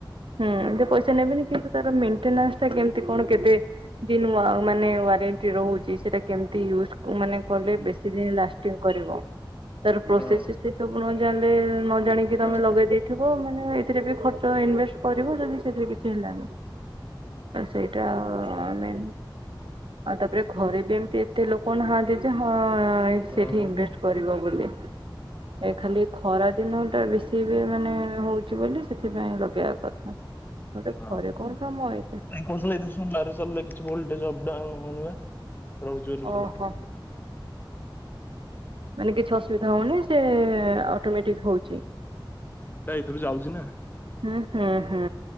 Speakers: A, on the right; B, on the left.
A: ହୁଁ ପଇସା ସେ ନେବେନି କିନ୍ତୁ ତ ମେଣ୍ଟେନାନ୍ସ ଟା କେମତି କଣ କେତେ ଦିନ ମାନେ ୱାରେଣ୍ଟି ରହୁଛି ସେଟା କେମିତି ୟୁଜ ମାନେ କରବେ ବେଶୀ ଦିନ ଲାଷ୍ଟିଂ କରିବ। ତାର ପ୍ରୋସେସ
B: ହଁ
A: ସେ ସବୁ ନ ଜାଣିଲେ ନ ଜାଣିକି
B: ହଁ
A: ତମେ ଲଗେଇ
B: ହଁ
A: ଦେଇଥିବ ମାନେ ସେଥିରେ ବି ଖର୍ଚ୍ଚ ଇନଭେଷ୍ଟ କରିବ ଯଦି ସେଥିରେ କିଛି ହେଲା ତ ସେଇଟା ଆମେ ଆଉ ତାପରେ ଘରେ ବି ଏମତି ଏତେ ଲୋକ ନାହାଁନ୍ତି ଯେ ହଁ। ହଁ
B: ହଁ
A: ସେଇଠି ଇନଭେଷ୍ଟ କରିବ ବୋଲି। ଏ ଖାଲି ଖରା ଦିନ ଟା ବେଶୀ ବି ମାନେ ହଉଛି ବୋଲି ସେଥିପାଇଁ ଲଗେଇବା କଥା। ନହେଲେ
B: ହଁ
A: ଘରେ
B: ନାଇଁ
A: କଣ କାମ ଏଇଟା।
B: କହୁଥିଲି ଏତେ ସମୟ ଦାରୁ ସେ ଲାଗିଛ ଭଲ ଆଜି ଅପଡାଉନ ହଉନି ବା। ରହୁଛି ବୋଲି
A: ଓହୋ।
B: ଭଲ
A: ମାନେ କିଛି ଅସୁବିଧା ହଉନି ସେ ଅଟୋମେଟିକ ହଉଛି।
B: ଭିତରୁ ଯାଉଛି ନା।
A: ହୁଁ ହୁଁ ହୁଁ